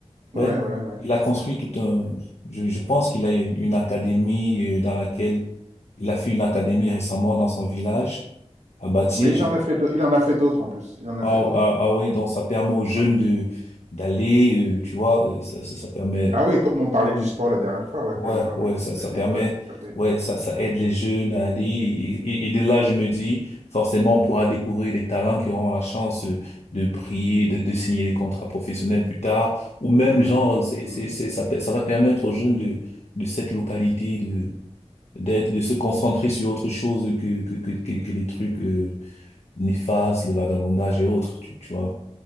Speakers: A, on the right; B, on the left.
A: Ouais,
B: ouais,
A: ouais, ouais.
B: il a construit tout un, je, je pense qu'il a une une académie euh, dans laquelle il a fait une académie récemment dans son village à Batier,
A: Mmh. Mais il en a fait d'au il en a fait d'autres en plus. Il en a
B: ah,
A: fait d'autres.
B: ah, ah oui, donc ça permet aux jeunes
A: Ouais.
B: de d'aller, euh, tu vois, euh, ça, ça, ça permet,
A: Ah oui, comme on parlait du sport la dernière fois, ouais,
B: ouais,
A: que ouais, ouais,
B: ouais,
A: ça
B: ça,
A: peut
B: ça
A: aider,
B: permet,
A: ouais, ça peut aider.
B: ouais, ça, ça aide les jeunes à aller. Et, et, et de là, je me dis, forcément, on pourra découvrir des talents qui auront la chance euh, de briller, de, de signer des contrats professionnels plus tard, ou même
A: Mmh
B: genre,
A: mh, mmh.
B: c'est,
A: Mmh.
B: c'est, c'est, ça, per- ça va permettre aux jeunes de de cette localité de d'être, de se concentrer sur autre chose que que que que, que les trucs euh, néfastes, le vagabondage et autres, tu, tu vois.